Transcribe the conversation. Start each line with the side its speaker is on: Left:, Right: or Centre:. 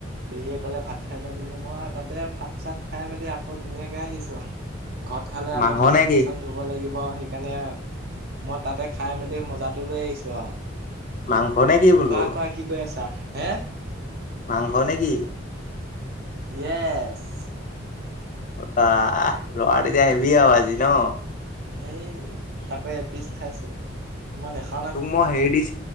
Right: পেহীয়ে কলে ভাত খাই যায় বুলি মই তাতে ভাত চাত খাই মেলি আকৌ ধুনীয়াকে আহিছো আৰু। ঘৰত খালে আকৌ
Left: মাংস
Right: বাচন
Left: নে কি?
Right: চাচন ধুব লাগিব আৰু সেইকাৰণে মই তাতে খাই মেলি মজাটো লৈ আহিছো আৰু।
Left: মাংস নে কি বোলো
Right: কোৱা-কোৱা কি কৈ আছা হে
Left: মাংস নে কি?
Right: ইয়েছ।
Left: <unintelligible> আহিবি আৰু আজি ন?
Right: সেই তাপে এপিচ খাইছো মই নেখা
Left: তোক মই হেৰি দি